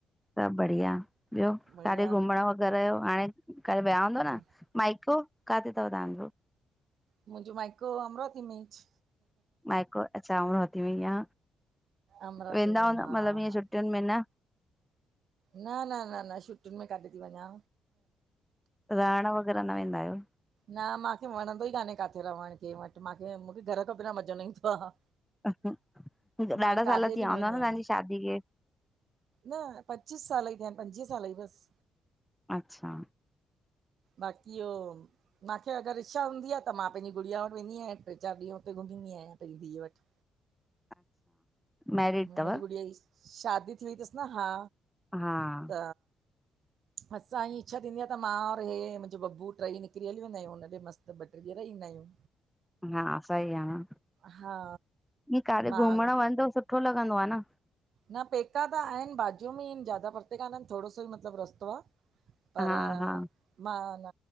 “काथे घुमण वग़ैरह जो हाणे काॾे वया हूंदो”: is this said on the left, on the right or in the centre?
Centre